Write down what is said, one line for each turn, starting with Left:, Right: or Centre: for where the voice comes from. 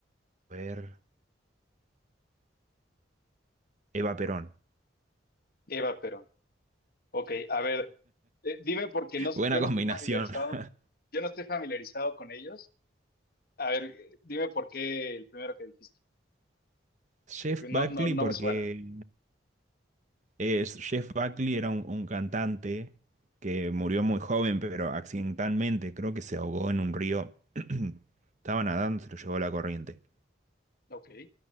Right: ver, Eva Perón.
Left: Eva Perón. Ok, a ver, eh, dime porque no,
Right: Buena
Left: yo
Right: combinación.
Left: no estoy familiarizado,
Right: <laughs>
Left: yo no estoy familiarizado con ellos. A ver, eh, dime por qué el primero que dijiste.
Right: Jeff
Left: Pues No,
Right: Buckley
Left: no, no
Right: porque
Left: me suena.
Right: es, Jeff Buckley era un, un cantante que murió muy joven, pero accidentalmente creo que se ahogó en un río. <clears throat> Estaba nadando, se lo llevó la corriente.
Left: Ok,